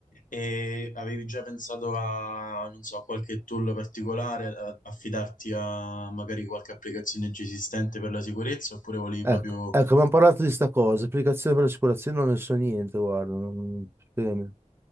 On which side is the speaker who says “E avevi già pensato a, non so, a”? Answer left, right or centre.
Left